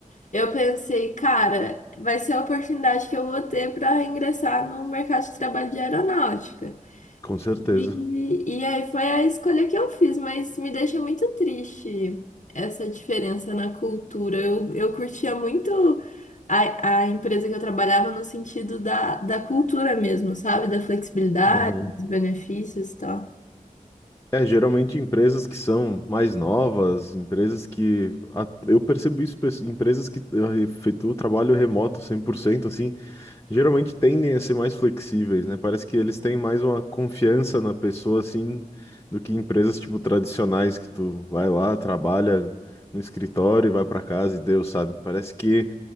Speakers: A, on the left (about 55°); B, on the left (about 20°).
A: eu pensei, cara, vai ser a oportunidade que eu vou ter para ingressar no mercado de trabalho de aeronáutica.
B: com certeza.
A: E, e aí foi a escolha que eu fiz, mas me deixa muito triste essa diferença na cultura. Eu, eu curtia muito a, a empresa que eu trabalhava no sentido da, da cultura mesmo, sabe? Da flexibilidade,
B: Uhum.
A: dos benefícios e tal.
B: É, geralmente empresas que são mais novas, empresas que. a- eu percebo isso, pe- empresas que eh, efetuam trabalho remoto 100%, assim, geralmente tendem a ser mais flexíveis, né? Parece que eles têm mais uma confiança na pessoa, assim, do que empresas, tipo, tradicionais, que tu vai lá, trabalha no escritório e vai pra casa e deu, sabe? Parece que